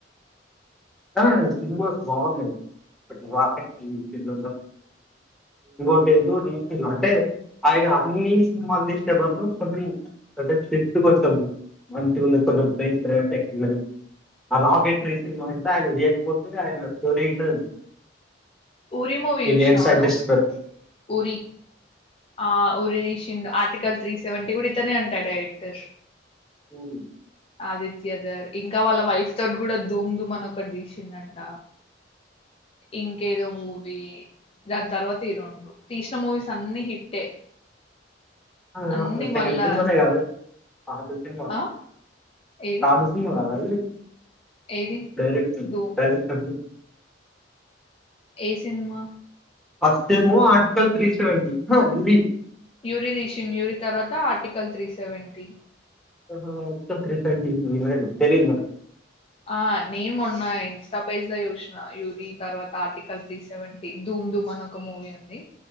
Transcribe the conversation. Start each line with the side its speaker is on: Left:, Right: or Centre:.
Centre: ఆ సినిమాస్ బాగున్నాయి. వాక్ నీ పిల్ <unintelligible> అంటే అయినా అన్నీ సినిమాల్ తీసే బదులు కొన్ని అంటే షిఫ్ట్ కోసం మంచిగా ఉన్నది. కొంచెం <unintelligible> ఆ రాకెట్ ట్రైన్ ఆయ్న వేక్పోతే ఆయ్న స్టోరీ ఇట్లా
Left: ఊరి మూవీ
Centre: ఇండియన్
Left: చూసినావా
Centre: సైంటిస్ట్
Left: నువ్వు
Centre: గర్
Left: ఊరి ఆ ఉరిదిషిండ్ ఆర్టికల్ త్రి సెవెన్టీ కూడా ఇతనే అంటా డైరెక్టర్
Centre: ఉమ్
Left: ఆదిత్యధర్ ఇంకా వాళ్ళ వైఫ్ తోట్ కూడా ధూమ్ ధూమని ఒకట్ తీసిండంట ఇంకేదో మూవి దాన్ తర్వాత ఈ రెండు తీసిన మూవీస్ అన్ని హిట్టే
Centre: ఆ
Left: అన్ని
Centre: రొట్టె
Left: మళ్ళా
Centre: కంటే మనవి కాదు పాత సినిమా
Left: ఆ ఏది
Centre: పాత సినిమా భలేవుంది.
Left: ఏది
Centre: డైరెక్ట్
Left: ధూమ్
Centre: డైరెక్ట్లు
Left: ఏ సిన్మా
Centre: ఫస్ట్ ఏమో ఆర్టికల్ త్రీ సెవెన్టీ హ యూరి
Left: యూరి రీషన్ యూరి తర్వాత ఆర్టికల్ త్రీ సెవెన్టీ
Centre: ఆహా ఆర్టికల్ త్రీ <unintelligible> తెలిద్ నాక్
Left: ఆ నే మొన్న ఇన్స్టా పేజ్ ల చూసిన యూరి తర్వాత ఆర్టికల్ త్రీ సెవెంటీ దూ ముందు మనో ఒక మూవీ ఉంది.